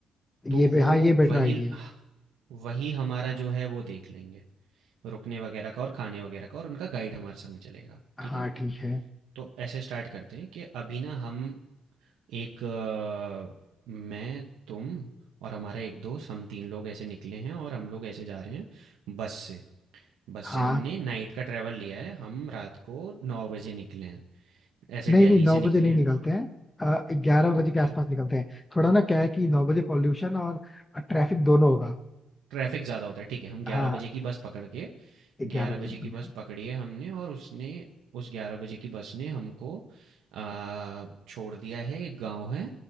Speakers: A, on the right (about 80°); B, on the left (about 15°).
A: तो
B: ये बे-
A: वो
B: हाँ ये बेटर
A: वही
B: आइडिया है
A: वही हमारा जो है वो देख लेंगे रुकने वगैरह का और खाने वगैरह का और उनका गाइड हमारे संग चलेगा
B: हाँ
A: ठीक है
B: ठीक है
A: तो ऐसे स्टार्ट करते हैं कि अभी ना हम एक अ, मैं तुम और हमारा एक दोस्त हम तीन लोग ऐसे निकले हैं और हम लोग ऐसे जा रहे हैं बस से बस
B: हाँ
A: से हमने नाइट का ट्रैवल लिया है हम रात को नौ बजे निकले हैं ऐसे
B: नहीं
A: दिल्ली
B: नहीं नौ
A: से निकले
B: बजे नहीं
A: हैं
B: निकलते हैं ग्यारह बजे
A: ओके
B: के आसपास निकलते हैं थोड़ा ना क्या है कि नौ बजे पॉल्यूशन और ट्रैफिक दोनों होगा
A: ट्रैफिक ज़्यादा होता है ठीक है हम ग्यारह
B: हाँ
A: बजे की बस पकड़ के ग्यारह
B: ग्यारह बजे
A: बजे
B: निकलते
A: की बस
B: हैं
A: पकड़ी है हमने और उसने उस ग्यारह बजे की बस ने हमको आ, छोड़ दिया है एक गांव है